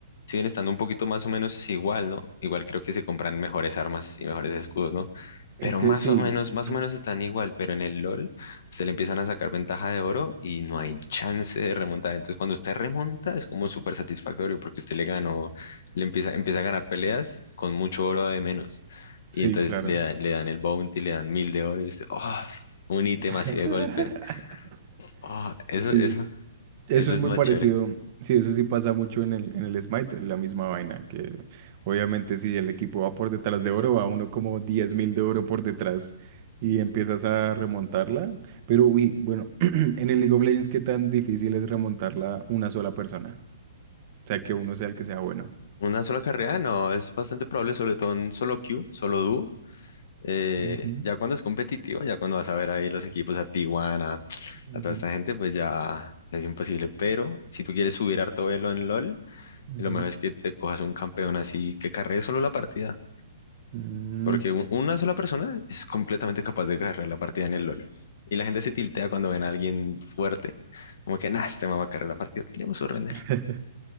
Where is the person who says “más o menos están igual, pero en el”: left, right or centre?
Left